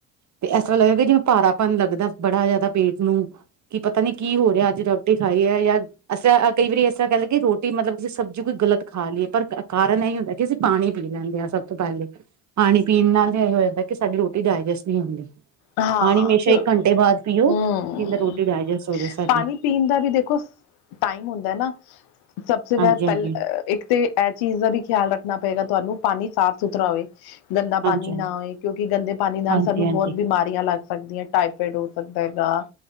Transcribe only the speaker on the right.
'ਤੇ ਐਸ ਤਰਾਂ ਲੱਗੇਗਾ ਜਿਵੇਂ ਭਾਰਾਪਨ ਲੱਗਦੈ ਬੜਾ ਜਿਆਦਾ ਪੇਂਟ ਨੂੰ ਕੀ ਪਤਾ ਨੀ ਕੀ ਹੋ ਰੇਆ ਅੱਜ ਰੋਟੀ ਖਾਈ ਐ ਜਾਂ ਅਸੀਂ ਅ ਕਈ ਵਾਰੀ ਐਸ ਤਰਾਂ ਕੈਂ ਲੋ ਕਿ ਰੋਟੀ ਮਤਲਬ ਕਿਸੀ ਸਬਜ਼ੀ ਕੋਈ ਗਲਤ ਖਾ ਲੀਏ ਪਰ ਕਾਰਨ ਐਈ ਹੁੰਦਾ ਕਿ ਅਸੀ ਪਾਣੀ ਪੀ ਲੈਂਦੇ ਆ ਸਭ ਤੋਂ ਪੈਲੇ, ਪਾਣੀ ਪੀਣ ਨਾਲ ਫੇਰ ਇਝ ਹੋ ਜਾਂਦਾ ਕਿ ਸਾਡੀ ਰੋਟੀ ਡਾਇਜੈਸਟ ਨੀ ਹੁੰਦੀ।
ਪਾਣੀ ਹਮੇਸ਼ਾ
ਇੱਕ ਘੰਟੇ ਬਾਅਦ ਪੀਓ
ਜਿੰਦਾ ਰੋਟੀ ਡਾਇਜੈਸਟ ਹੋ ਜਾ ਸਾਡੀ
ਹਾਂਜੀ ਹਾਂਜੀ
ਹਾਂਜੀ
ਹਾਂਜੀ
ਹਾਂਜੀ